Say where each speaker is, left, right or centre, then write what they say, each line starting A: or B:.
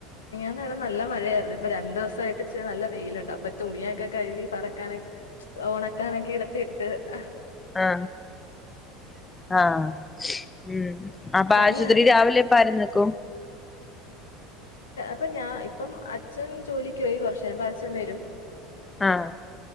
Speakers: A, on the left; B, on the left.
A: ന്ന് നല്ല മഴയായിരുന്നു. ഇപ്പൊ രണ്ടു ദെവസായിട്ട് ഇച്ചിരി നല്ല വെയിലുണ്ട് അപ്പൊ തുണിയൊക്കെ കഴുകി പറക്കാനാ ഓണക്കാനൊക്കെ എടുത്തി എഹ് അഹ്-
B: ആ ആ ഉം അപ്പൊ
A: പനിയാണോ
B: ആശുപത്രി രാവിലെ അപ്പം ആരുന്നിക്കും?
A: പ്പം ഞാൻ ഇപ്പം അച്ഛൻ ജോലിക്ക് ആയി കൊറ ട്ടാകുമ്പം അച്ഛൻ വരും
B: ആഹ്